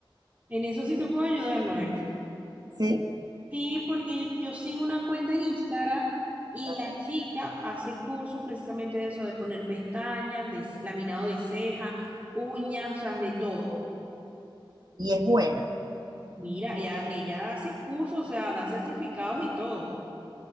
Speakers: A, on the right (about 20°); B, on the right (about 50°).
A: En eso sí te puedo ayudar, Noel.
B: Sí,
A: Sí, porque yo, yo sigo una cuenta en Instagram y
B: Ajá.
A: la chica hace cursos precisamente de eso, de poner pestañas, de s- laminado de ceja, uñas, o sea, de todo.
B: Y es buena,
A: Mira, ella, ella hace cursos, o sea, da certificados y todo